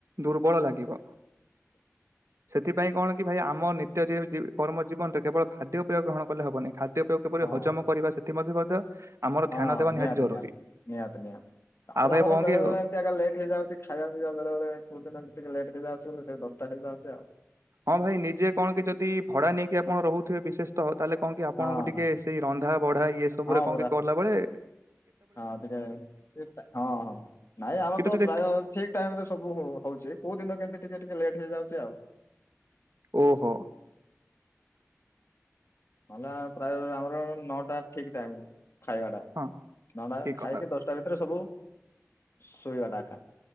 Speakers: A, on the right (about 70°); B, on the left (about 60°).
A: ଦୁର୍ବଳ ଲାଗିବ। ସେଥିପାଇଁ କଣ କି ଭାଇ ଆମ ନିତ୍ୟ କର୍ମ ଜୀବନରେ କେବଳ ଖାଦ୍ୟ ଉପୟୋଗ ଗ୍ରହଣ କଲେ ହେବନି ଖା କିପରି
B: ହଁ।
A: ହଜମ କରିବା ସେଥିମ ମଧ୍ୟ ଆମର
B: ହଁ
A: ଧ୍ୟାନ ଦେବା
B: ନିହାତି
A: ଜରୁରୀ
B: ନିହାତି ନିହାତି ନିହାତି ତାପରେ
A: ଆଉ ଭାଇ
B: ଆମର
A: କଣ
B: ବେଳେ
A: କି
B: ବେଳେ ଏମିତି ଆ ଲେଟ୍ ହେଇଯାଉଛି ଖାଇବା ପିଇବା ବେଳେ କଉ ଦିନ ଟିକେ ଲେଟ ହେଇଯାଉଛି ବୋଲି ସେ ଦଶଟା ହେଇଯାଉଛି ଆଉ।
A: ହଁ ଭାଇ ନିଜେ କଣ କି ଯଦି ଭଡା ନେଇକି ଆପଣ ରହୁଥିବେ ବିଶେଷ ତ ତାହଲେ କହଣ କି ଆପଣଙ୍କୁ
B: ହଁ
A: ଟିକେ
B: ହଁ
A: ସେଇ ରନ୍ଧା ବଢା ଇଏ ସବୁରେ
B: ହଁ
A: କଣ
B: ପରା
A: କି କଲା ବେଳେ
B: ହଁ ଟିକେ ହଁ ହଁ ନାଇଁ ଆମ
A: କିନ୍ତୁ
B: ତ
A: ଯଦି
B: ପ୍ରାୟ ଠିକ ଟାଇମ ରେ ସବୁ ହ ହଉଛି। କୋଉ ଦିନ କେମତି ଟିକେ ଟିକେ ଲେଟ୍ ହେଇଯାଉଛି ଆଉ।
A: ଓହୋ।
B: ହେଲା ପ୍ରାୟ ଆମର ନଅଟା ଠିକ ଟାଇମ ଖାଇବା ଟା।
A: ହଁ
B: ନଅଟା
A: ଠିକ
B: ଖାଇକି
A: କଥା
B: ଦଶ ତା ଭିତରେ ସବୁ ଶୋଇବା ଟା କା।